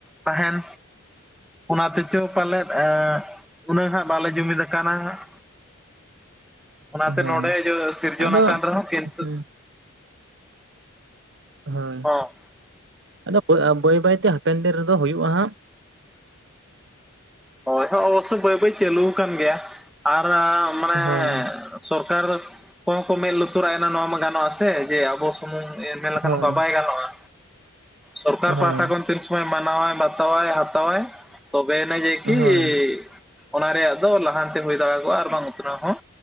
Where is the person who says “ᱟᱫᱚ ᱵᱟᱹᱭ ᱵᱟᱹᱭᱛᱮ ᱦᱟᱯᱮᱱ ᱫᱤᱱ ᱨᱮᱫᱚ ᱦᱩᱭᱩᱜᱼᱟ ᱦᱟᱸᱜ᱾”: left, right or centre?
Right